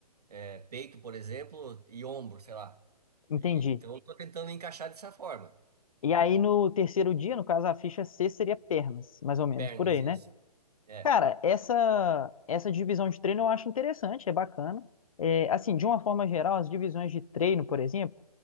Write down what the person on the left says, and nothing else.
Entendi.
E aí no terceiro dia, no caso, a ficha C seria pernas, mais ou menos,
por aí,
né?
Cara, essa essa divisão de treino eu acho interessante, é bacana. É, assim, de uma forma geral, as divisões de treino, por exemplo,